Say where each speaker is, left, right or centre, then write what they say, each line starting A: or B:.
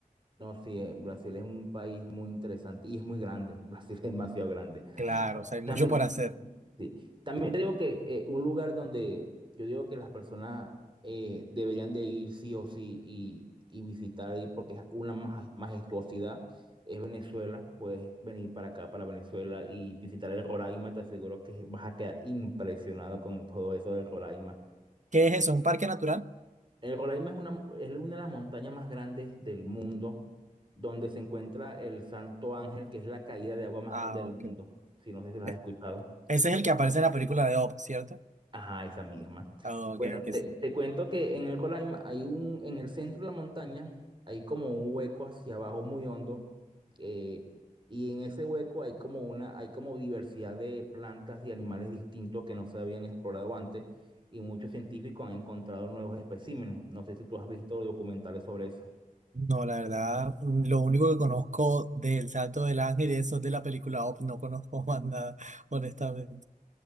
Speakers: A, on the right; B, on the right.
A: No, sí, eh, Brasil es un país muy interesante y es muy grande. <laughs> Brasil es demasiado grande.
B: Claro, o sea, hay
A: También,
B: mucho por hacer.
A: Ujú. sí. También te digo que eh, un lugar donde yo digo que las personas eh, deberían de ir sí o sí y, y visitar ahí porque es una maja- majestuosidad es Venezuela. Puedes venir para acá, para Venezuela y visitar el Roraima. Te aseguro que vas a quedar impresionado con todo eso del Roraima.
B: ¿Qué es eso? ¿Un parque natural?
A: El Roraima es una, es una de las montañas más grandes del mundo donde se encuentra el Santo Ángel, que es la caída de agua más
B: Ah,
A: grande del
B: ok.
A: mundo. Si no sé si lo
B: E-
A: has escuchado.
B: Ese es el que aparece en la película de Up, ¿cierto?
A: Ajá, esa misma.
B: Ah, ok,
A: Bueno,
B: ok,
A: te,
B: sí.
A: te cuento que en el Roraima hay un, en el centro de la montaña, hay como un hueco hacia abajo muy hondo, eh, y en ese hueco hay como una, hay como diversidad de plantas y animales distintos que no se habían explorado antes, y muchos científicos han encontrado nuevos especímenes. No sé si tú has visto documentales sobre eso.
B: No, la verdad, mm, lo único que conozco del Salto del Ángel y eso es de la película Up, no conozco más nada, <laughs> honestamente.